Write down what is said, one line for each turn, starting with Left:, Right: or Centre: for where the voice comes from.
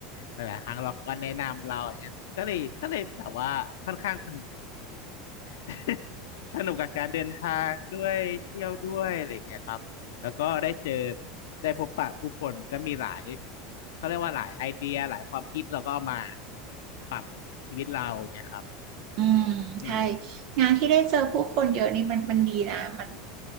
Left: หลายๆครั้งเราเขาก็แนะนำเราอย่างเงี้ยก็เลยก็เลยแบบว่าค่อนข้างสนุก <laughs> สนุกกับการเดินทางด้วยเที่ยวด้วยอะไรอย่างเงี้ยครับ แล้วก็ได้เจอเหมือนได้พบปะผู้คนมันก็มีหลายเขาเรียกว่าหลายไอเดียหลายความคิดเราก็เอามาปรับชีวิตเราอย่างเงี้ยครับ
Right: อืมใช่
Left: อืม
Right: งานที่ได้เจอผู้คนเยอะนี่มันมันดีนะมัน